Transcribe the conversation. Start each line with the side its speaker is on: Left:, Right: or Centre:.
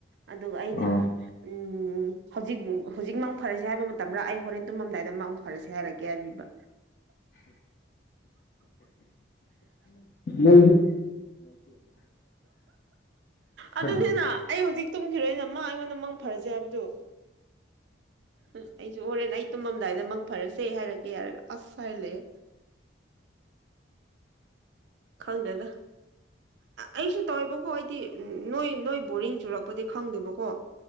Right: ꯑꯗꯨꯒ ꯑꯩꯅ
Left: ꯑꯣ
Right: ꯎꯝ ꯍꯧꯖꯤꯛ ꯍꯧꯖꯤꯛ ꯃꯡ ꯐꯔꯥꯁꯤ ꯍꯥꯏꯕ ꯃꯇꯝꯔ ꯑꯩ ꯍꯣꯔꯦꯟ ꯇꯨꯝꯃꯝꯗꯥꯏꯗ ꯃꯡ ꯐꯔꯥꯁꯦ ꯍꯥꯏꯔꯛꯀꯦ ꯍꯥꯏꯕꯤꯕ
Left: ꯃ
Right: ꯑꯗꯨꯅꯤꯅ
Left: <inaudible> ꯎꯝ
Right: ꯑꯩ ꯍꯧꯖꯤꯛ ꯇꯨꯝꯈꯤꯔꯣꯏꯅ ꯃꯥ ꯑꯩꯉꯣꯟꯗ ꯃꯪ ꯐꯔꯥꯁꯦ ꯍꯥꯏꯕꯗꯨ ꯎ ꯑꯩꯁꯨ ꯍꯣꯔꯦꯟ ꯑꯩ ꯇꯨꯝꯃꯝꯗꯥꯏꯗ ꯃꯪ ꯐꯔꯥꯁꯦ ꯍꯥꯏꯔꯛꯒꯦ ꯍꯥꯏꯔꯒ ꯑꯁ ꯍꯥꯏꯔ ꯂꯩꯌꯦ ꯈꯪꯗꯦꯗ ꯑꯩꯁꯨ ꯇꯧꯋꯦꯕꯀꯣ ꯑꯩꯗꯤ ꯅꯣꯏ ꯅꯣꯏ ꯕꯣꯔꯤꯡ ꯆꯨꯔꯛꯄꯗꯤ ꯈꯪꯗꯦꯕꯀꯣ